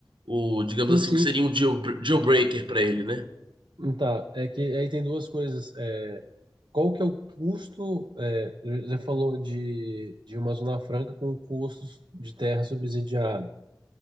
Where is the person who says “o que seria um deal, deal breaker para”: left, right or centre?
Right